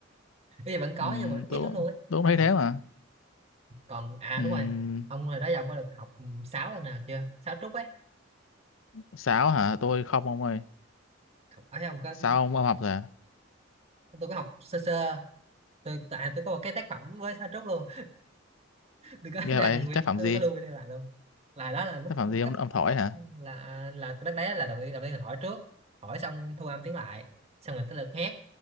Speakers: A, on the right; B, on the left.
A: <laughs> bây giờ vẫn có
B: ừm,
A: nhưng mà ít
B: tôi cũng-
A: lắm luôn á
B: tôi cũng thấy
A: Ừ.
B: thế mà
A: còn à
B: Ừm,
A: đúng rồi ông hồi đó giờ ông có được học 6 lần nào chưa sáu trúc ấy
B: sáo hả tôi không ông ơi
A: học ở đây ông có
B: sao ông ông học rồi à?
A: tôi có học sơ sơ tôi tại tôi có một cái tác phẩm với sáu trúc luôn tôi có <laughs>
B: nghe
A: đăng
B: vậy
A: video
B: tác phẩm
A: có,
B: gì
A: có lưu video lại luôn là đó là lúc
B: tác phẩm gì
A: cấp
B: ông ông thổi
A: cấp
B: hả
A: là là cái đất đá là đầu tiên đầu tiên là hỏi trước hỏi xong thu âm tiếng lại xong rồi tới lượt hát